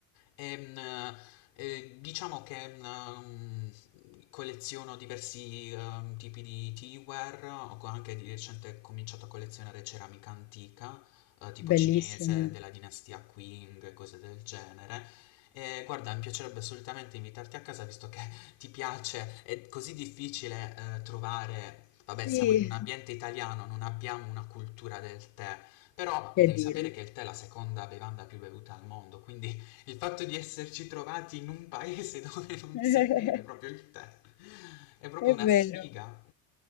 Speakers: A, on the left; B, on the left.
A: E, mm, eh, diciamo che mm, mm, colleziono diversi ehm, tipi di teaware, ho co- anche di recente cominciato a collezionare ceramica antica uhm, tipo
B: Bellissimo.
A: cinese, della dinastia Qing, cose del genere. E guarda, mi piacerebbe assolutamente invitarti a casa visto che ti piace, è così difficile, uhm, trovare vabbè
B: Sì,
A: siamo in un ambiente italiano, non abbiamo una cultura del tè, però
B: che
A: devi
B: dire.
A: sapere che il tè è la seconda bevanda più bevuta al mondo, quindi il fatto di esserci trovati in un paese <laughs> dove non
B: <laughs>
A: si beve proprio il tè è proprio
B: È
A: una
B: vero.
A: sfiga.